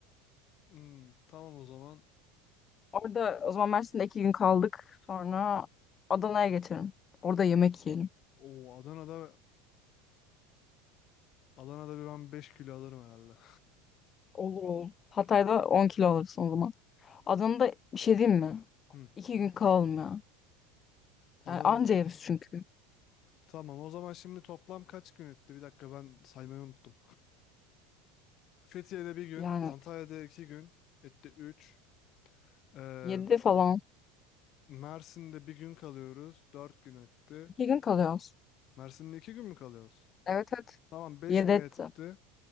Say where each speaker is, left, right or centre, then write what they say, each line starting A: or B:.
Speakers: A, on the left; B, on the left.
A: Hmm, tamam o zaman.
B: Orada o zaman Mersin'de iki gün kaldık sonra Adana'ya geçelim. Orada yemek yiyelim.
A: Oo Adana'da Adana'da bir ben 5 kilo alırım herhalde.
B: Olur olur. Hatay'da 10 kilo alırsın o zaman. Adana'da bir şey diyeyim mi?
A: <laughs> Hı.
B: İki gün kalalım ya.
A: Adana'da
B: Yani anca yeriz çünkü.
A: tamam o zaman şimdi toplam kaç gün etti? Bir dakika ben saymayı unuttum. Fethiye'de bir gün,
B: Yani
A: Antalya'da iki gün, etti üç. Ee,
B: 7 falan
A: Mersin'de bir gün kalıyoruz, dört gün etti.
B: İki gün kalıyoruz.
A: Mersin'de iki gün mü kalıyoruz?
B: Evet evet.
A: Tamam, beş
B: Yedi
A: gün
B: etti.
A: etti.